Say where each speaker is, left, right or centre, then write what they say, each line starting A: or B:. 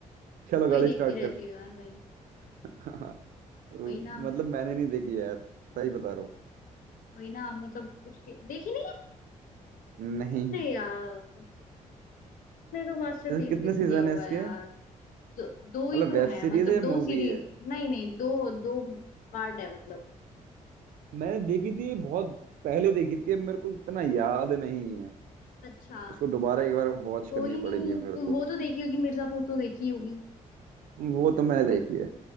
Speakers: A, on the right (about 80°); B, on the left (about 75°).
A: चलो
B: वही
A: गाड़ी
B: देखती
A: स्टार्ट
B: रहती
A: कर
B: है यार मैं
A: <laughs> मतलब
B: वही ना
A: मैंने नहीं देखी यार सही बता रहा हूँ
B: वही ना मतलब उसके देखी नहीं है
A: नहीं
B: अरे यार तुमने तो मास्टरपीस
A: कितने
B: मिस किया
A: सीजन
B: हुआ
A: है इसके
B: है यार दो, दो ही
A: मतलब
B: तो
A: वेब
B: है
A: सीरीज
B: मतलब
A: है या
B: दो
A: मूवी
B: सीरीज
A: है
B: नहीं नहीं दो दो पार्ट है मतलब
A: मैंने देखी थी बहुत पहले देखी थी अब मेरे को इतना याद नहीं है
B: अच्छा
A: इसको दोबारा एक बार वॉच
B: कोई
A: करनी
B: नहीं
A: पड़ेगी मेरे
B: तुम
A: को
B: वो तो देखी होगी मिर्जापुर तो देखी होगी
A: वो तो मैंने देखी है